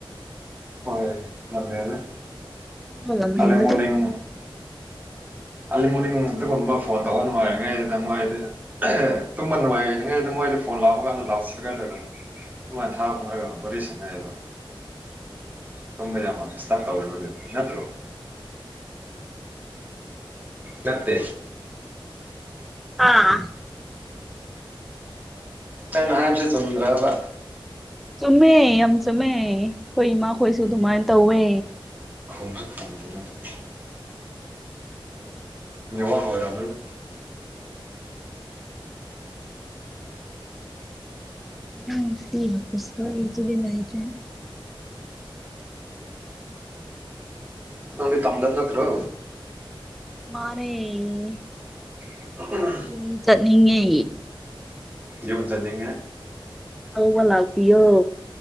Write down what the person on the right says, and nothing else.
ꯍꯣꯏ ꯂꯝꯍꯦꯜꯂꯦ
ꯑꯥꯔꯂꯤ ꯃꯣꯔꯅꯤꯡ ꯑꯥꯔꯂꯤ ꯃꯣꯔꯅꯤꯡ ꯑꯗꯨꯒꯨꯝꯕ ꯐꯣꯟ ꯇꯧꯕ ꯅꯨꯡꯉꯥꯏꯔꯤꯉꯩ ꯁꯤꯗ ꯃꯣꯏꯗꯤ ꯑꯦ ꯇꯨꯝꯕ ꯅꯨꯡꯉꯥꯏꯔꯤꯉꯩꯗ ꯃꯣꯏꯗ ꯐꯣꯟ ꯂꯥꯛꯕ ꯀꯥꯟꯗ ꯂꯥꯎ ꯁꯄꯤꯀꯔ ꯂꯩꯔꯝꯃꯤ ꯊꯥꯛ <unintelligible> ꯇꯨꯝꯕ ꯌꯥꯝꯃ ꯗꯤꯁꯇꯞ ꯇꯧꯋꯦꯕ ꯗꯨꯗꯤ ꯅꯠꯇ꯭ꯔꯣ꯫ ꯅꯠꯇꯦ
ꯅꯡꯅ ꯍꯥꯏꯕꯁꯦ ꯆꯨꯝꯗ꯭ꯔꯕ꯫
ꯈꯨꯝꯁꯨ ꯈꯨꯝꯗꯦ ꯅꯪꯗꯤ꯫ ꯅꯦꯠꯋꯥꯛꯅ ꯑꯣꯏꯔꯝꯃꯅꯤ
ꯅꯪꯗꯤ ꯇꯝꯗ ꯅꯠꯇꯔꯣ꯫
<inaudible>
ꯌꯨꯝ ꯆꯠꯅꯤꯡꯉꯦ꯫